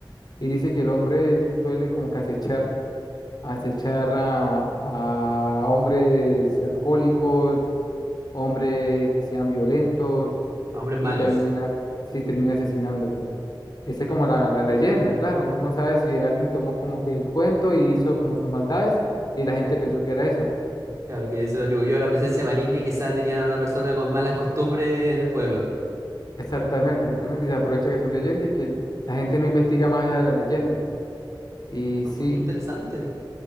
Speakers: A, on the left; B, on the right.
A: y dice que el hombre suele como que acechar acechar a, a hombres alcohólicos hombres que sean violentos
B: hombres malos.
A: y termina, sí, termina asesinándolos.
B: Mira.
A: Esa es como la, la leyenda, claro. Uno no sabe si alguien tomó como que el cuento y hizo como sus maldades y la gente pensó que era eso.
B: Claro, que se lo atribuyó a una presencia maligna y quizá tenían a una persona con malas costumbres en el pueblo.
A: Exactamente, exactamente. Y se aprovecha que son leyendas y que la gente no investiga más allá de la leyenda. Y
B: No,
A: sí,
B: qué interesante.